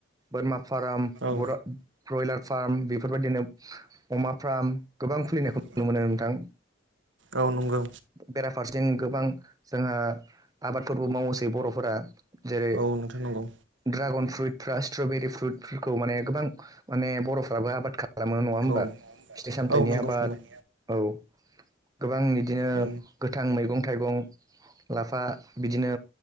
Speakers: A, on the right (about 20°); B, on the right (about 75°).
A: बोरमा फाराम
B: औ
A: बरा ब्रयलार फार्म बेफोरबायदिनो अमा फार्म गोबां खुलिनायखौ
B: औ
A: नुनो मोनो नोंथां।
B: औ नंगौ
A: बेराफारसें गोबां जोंहा आबादफोरबो मावोसै बर'फोरा जेरै,
B: औ नोंथां नंगौ
A: द्रागन फ्रुइटफ्रा स्ट्रबेरि फ्रुइटफोरखौ माने गोबां माने बर'फ्राबो आबाद खा खालामो नङा होमबा
B: औ
A: फिथाइ- सामथाइनि
B: औ नंगौ
A: आबाद
B: फंबाय
A: औ गोबां बिदिनो
B: औ
A: गोथ गोथां मैगं-थाइगं लाफा बिदिनो